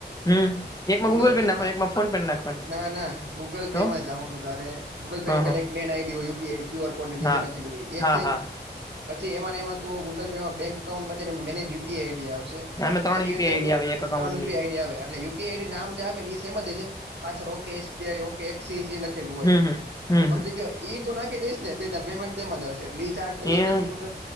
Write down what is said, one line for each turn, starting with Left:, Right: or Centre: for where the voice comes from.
Left: હમ એકમાં
Right: ગૂગલ
Left: પે
Right: પેમાં?
Left: નાખવાની એકમાં ફોન પે નાખવાની
Right: ના, ના. ગૂગલ
Left: તો
Right: પે માં જાવું વધારે. ગૂગલ પે
Left: હા
Right: ને પેલા
Left: હા
Right: એક મેઈન આઈડી હોય. યુપીઆઈડી ક્યુ આરની નીચે
Left: હા
Right: લખી હોય. એક
Left: હા
Right: થઈ.
Left: હા
Right: પછી એમાં ને એમાં તો ગુગલ પેમાં બેંક એકાઉન્ટમાં જઈને એમાં મેનેજ યુપીઆઈ આઈડી આવશે.
Left: અમે ત્રણ
Right: એની
Left: યુપીઆઈ
Right: અંદર
Left: આઈડી
Right: તો
Left: આવે એક
Right: આ
Left: અકાઉન્ટની
Right: ત્રણ યુપી આઈડી આવે. એટલે યુ પીઆઈડી નામ જે આપે ને, એ સેમ જ હશે. પાછળ ઓકે એસબીઆઈ, ઓકે એક્સીસ એ લખી લું હોય.
Left: હમ હમ હમ
Right: સમજી
Left: હમ
Right: ગ્યો? ઈ તું નાખી દઈશ ને તો ય તારે પેમેન્ટ તો એમાં જ આવશે. તો ઈ ચાર તો
Left: એમ
Right: એ થઈ ગઈ ટોટલ.